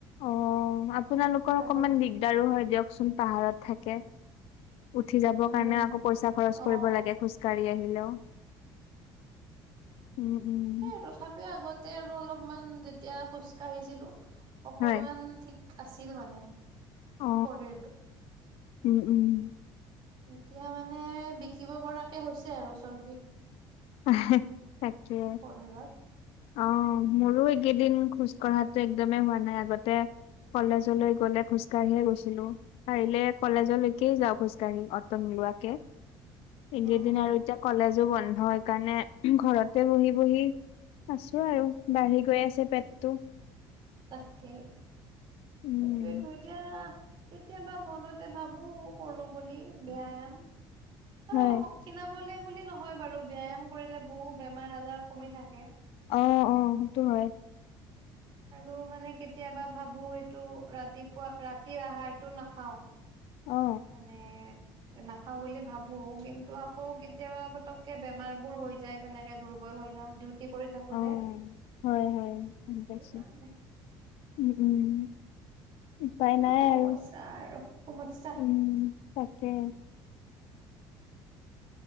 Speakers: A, on the left (about 75°); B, on the right (about 50°).
A: অহ' আপোনালোকৰ অকমান
B: আগত
A: দিগদাৰো হয় দিয়কচোন, পাহাৰত থাকে। উঠি যাবৰ
B: উম।
A: কাৰণেও আকৌ পইচা খৰচ
B: অ',
A: কৰিব লাগে, খোজকাঢ়ি আহিলেও। উম উম
B: সেই তথাপিও আগতে আৰু অলপমান তেতিয়া খোজ কাঢ়িছিলো, অকমান
A: হয়
B: থিক আছিল মানে,
A: অ
B: শৰীৰটো
A: উম', উম'।
B: এতিয়া মানে বিকিব পৰাকে হৈছে আৰু চৰ্বি
A: হে, তাকে।
B: শৰীৰত।
A: অহ' মোৰো এইকেইদিন খোজ কঢ়াতো একদমেই হোৱা নাই, আগতে কলেজলৈ গ'লে খোজকাঢ়িয়ে গৈছিলো, পাৰিলে কলেজলৈকে যাওঁ খোজঢ়ি গাড়ী, অট নোলোৱাকে, এইকেইদিন
B: অ', অ',
A: আৰু এতিয়া কলেজো বন্ধ হয়, কাৰণে ঘৰতে বহি-বহি আছো আৰু,
B: উম,
A: বাঢ়ি গৈ আছে পেট। টো
B: তাকেই,
A: উম
B: সেইটোৱে টো এতিয়া কেতিয়াবা মনতে ভাবো কৰো বুলি ব্যয়াম আৰু
A: হয়
B: অস ক্ষীণাম শোলে বুলি নহয় বাৰু ব ব্যায়াম কৰিলে বহু বেমাৰ আজাৰ কমি থাকে
A: অ অ সেইটো হয়
B: আৰু মানে কেতিয়াবা ভাবো এইটো ৰাতিপুৱা ৰাতিৰ আহাৰটো নাখাও
A: অ
B: মানে নাখাও বুলি ভাবো কিন্তু আকৌ কেতিয়াবা পতকে বেমাৰ বোৰ হৈ যায় তেনেকে দুৰ্বল হৈ <unintelligible>
A: অ',
B: যে
A: হয়-হয় গম
B: সেইটো
A: পাইছো।
B: কাৰণে
A: উম, উম। উপায় নাই
B: এই সমস্যা
A: আৰু
B: আৰু সমস্যা
A: উম তাকে।